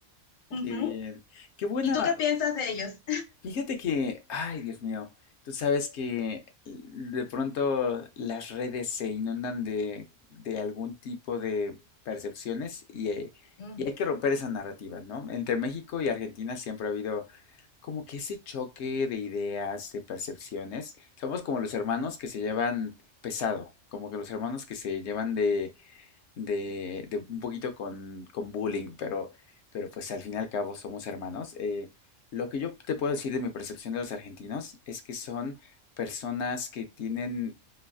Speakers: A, on the left; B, on the left.
A: Uh
B: Qué
A: -huh.
B: bien. Qué buena,
A: ¿Y tú qué piensas de ellos?
B: Fíjate que, ay, Dios mío, tú sabes que de pronto las redes se inundan de, de algún tipo de percepciones y, eh,
A: Uh
B: y hay que romper esa narrativa, ¿no? Entre México y Argentina siempre ha habido como que ese choque de ideas, de percepciones. Somos como los hermanos que se llevan pesado, como que los hermanos que se llevan de, de, de un poquito con, con bullying, pero, pero pues al fin y al cabo somos hermanos. Eh, lo que yo te puedo decir de mi percepción de los argentinos es que son personas que tienen